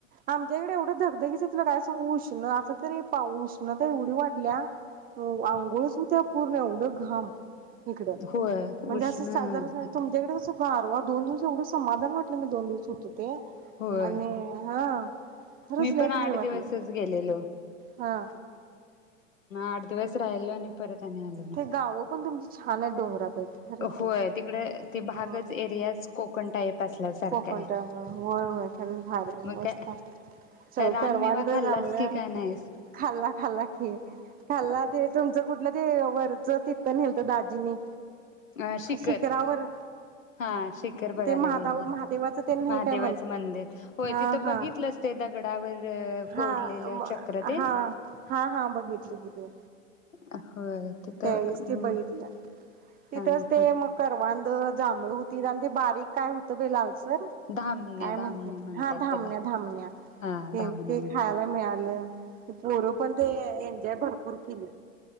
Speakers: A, on the right; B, on the left.
A: आमच्याकडे एवढं धगधगीच तुला काय सांगू उष्ण आता तरी अहो उष्णता एवढ्यी वाढल्या आंघोळच हुत्या पूर्ण एवढं घाम. इकडं
B: होय
A: म्हणजे
B: उष्ण
A: असं साधारण
B: आता
A: <unintelligible> दोन दिवस एवढं समाधान वाटलं, मी दोन दिवस होतो. ते
B: होय
A: आणि हा खरंच
B: मी
A: लय
B: पण
A: भारी
B: आठ
A: वाटलं
B: दिवसच गेलेलो.
A: हा.
B: आठ दिवस राहिल आणि परत आणि आलो. मग
A: तेे गाव पण तुमच छान हाय डोंगरात खरच हाय.
B: होय तिकडे ते भागच
A: होय
B: एरियाच कोकण टाईप असल्यासारखा
A: कोकण
B: आहे
A: टाईप हाय. होय, होय खरच भारी हाय,
B: मग
A: मस्त
B: काय
A: हाय. सगळ
B: रानमेवा
A: करवांद,
B: खाल्लास
A: जांभळं
B: की काय नाहीस
A: खाल्ला खाल्ला की खाल्ला ते तुमच कुठलं ते तिथं नेलत दाजीनी
B: अ शिखर
A: शिखरावर
B: हा शिखर बघायला
A: ते महादा
B: गेलेलं.
A: महादेवाचं ते नाही
B: महादेवाचं
A: काय
B: मंदिर होय
A: हा
B: तिथं
A: हा
B: बघितलंच ते दगडावर
A: हा
B: कोरलेलं चक्र तेन
A: हा हा हा बघितलं कि ते
B: होय. तिथं
A: त्यावेळेस ते बघितला. तिथंच
B: हा
A: ते
B: हा
A: मग करवांद त जांभळ होती आणि ते बारीक काय होतं बाई लालस तर
B: धामण्या
A: काय
B: धामण्या
A: म्हणत्यात
B: म्हणतात
A: हा धामण्या,
B: त्याला
A: धामण्या
B: हा
A: तेन
B: धामण्या
A: ते
B: म्हणतात.
A: खायला मिळालं. पोर पण ते एन्जॉय भरपूर केली.